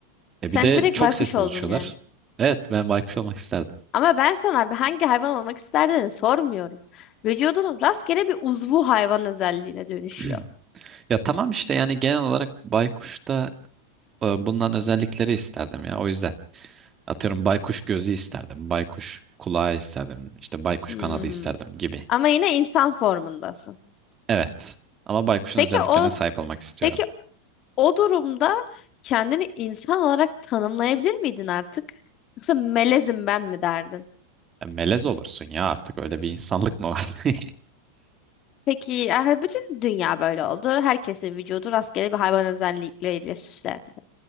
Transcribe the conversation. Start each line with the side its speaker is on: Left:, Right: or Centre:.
Right: E,
Left: Sen
Right: bir de
Left: direkt
Right: çok
Left: baykuş
Right: sessiz
Left: oldun
Right: uçuyorlar.
Left: yani.
Right: Evet, ben baykuş olmak isterdim.
Left: Ama ben sana bir hangi hayvan olmak isterdin sormuyorum. Vücudunun rastgele bir uzvu hayvan özelliğine dönüşüyor.
Right: <clears throat> Ya tamam işte yani genel olarak baykuşta e, bulunan özellikleri isterdim ya. O yüzden atıyorum baykuş gözü isterdim, baykuş kulağı isterdim, işte baykuş
Left: Hmm.
Right: kanadı isterdim gibi.
Left: Ama yine insan formundasın.
Right: Evet. Ama baykuşun
Left: Peki
Right: özelliklerine
Left: o
Right: sahip olmak istiyorum.
Left: peki o durumda kendini insan olarak tanımlayabilir miydin artık? Yoksa melezim ben mi derdin?
Right: E, melez olursun ya artık öyle bir insanlık mı var? <laughs>
Left: Peki yani bütün dünya böyle oldu. Herkesin vücudu rastgele bir hayvan özellikleriyle süslendi.